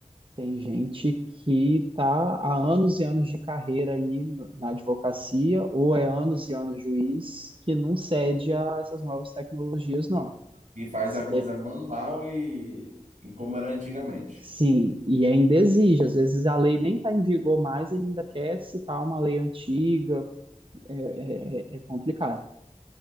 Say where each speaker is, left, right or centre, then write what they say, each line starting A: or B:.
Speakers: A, on the right (about 40°); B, on the right (about 85°).
A: Tem gente que está há anos e anos de carreira aí na advocacia, ou é anos e anos juiz, que não cede a essas novas tecnologias, não.
B: E faz
A: Se
B: a coisa
A: de-
B: manual e, e como era antigamente.
A: Sim, e ainda exige. Às vezes a lei nem está em vigor mais, ele ainda quer citar uma lei antiga, é, é- é- é complicado.